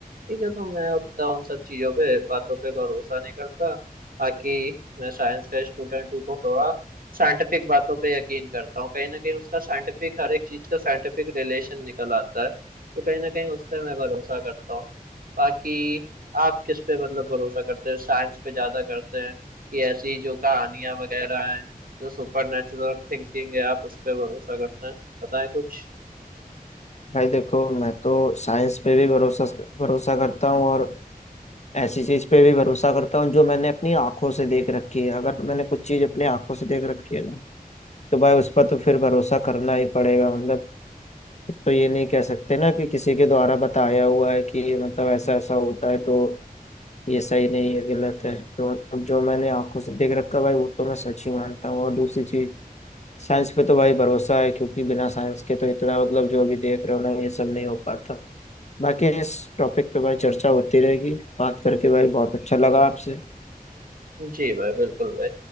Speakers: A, on the right; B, on the left.
A: ठीक है तो मैं उतना उन सब चीज़ों पे बातों पे भरोसा नहीं करता बाकी मैं साइंस का स्टूडेंट हूँ तो थोड़ा साइंटिफिक बातों पे यकीन करता हूँ कहीं ना कहीं उसका साइंटिफिक हर एक चीज़ का साइंटिफिक रिलेशन निकल आता है तो कहीं ना कहीं उस पर मैं भरोसा करता हूँ बाकी आप किस पे मतलब भरोसा करते हैं साइंस पे ज़्यादा करते हैं कि ऐसी जो कहानियाँ वगैरह हैं जो सुपर नेचुरल थिंकिंग है आप उस पर भरोसा करते हैं बताएं कुछ
B: भाई देखो मैं तो साइंस पे भी भरोसा भरोसा करता हूँ और ऐसी चीज पे भी भरोसा करता हूँ जो मैंने अपनी आंखों से देख रखी है अगर मैंने कुछ चीज अपनी आंखों से देख रखी है ना तो भाई उस पर तो फिर भरोसा करना ही पड़ेगा मतलब फिर तो ये नहीं कह सकते ना कि किसी के द्वारा बताया हुआ है कि ये मतलब ऐसा ऐसा होता है तो ये सही नहीं है गलत है तो मतलब जो मैंने आंखों से देख रखा है भाई वो तो मैं सच ही मानता हूँ और दूसरी चीज साइंस पे तो भाई भरोसा है क्योंकि बिना साइंस के तो इतना मतलब जो अभी देख रहे हो ना ये सब नहीं हो पाता बाकी इस टॉपिक पे भाई चर्चा होती रहेगी बात करके भाई बहुत अच्छा लगा आपसे
A: जी भाई बिल्कुल भाई